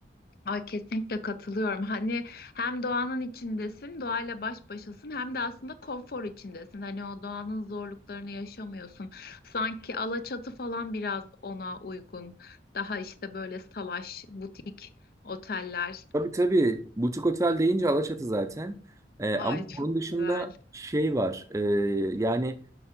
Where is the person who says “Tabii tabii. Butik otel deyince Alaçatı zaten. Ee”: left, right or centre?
Right